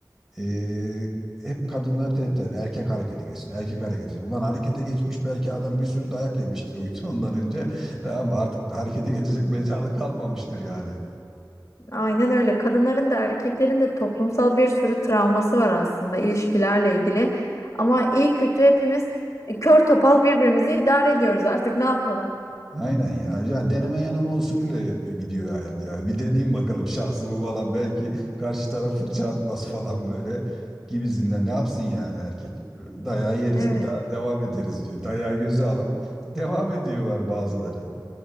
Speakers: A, in the centre; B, on the left (about 45°).
A: Ee, hep kadınlar tehdit eder. Erkek harekete geçsin, erkek harekete geçsin. Ulan harekete geçmiş belki adam bir sürü dayak yemiştir uydu ondan önce. <laughs> Ama artık harekete geçecek mecalı kalmamıştır yani.
B: Aynen öyle. Kadınların da erkeklerin de toplumsal bir sürü travması var aslında ilişkilerle ilgili. Ama iyi kötü hepimiz e, kör topal birbirimizi idare ediyoruz artık ne yapalım?
A: Aynen ya. Yani deneme yanılma usulüyle gidiyor hayat yani. Bir deneyeyim bakalım şansımı falan. Belki karşı taraf fırça atmaz falan böyle gibisinden. Ne yapsın yani erkek? Dayağı yeriz
B: Evet.
A: bir daha devam ederiz diyor. Dayağı göze alıp devam ediyorlar bazıları.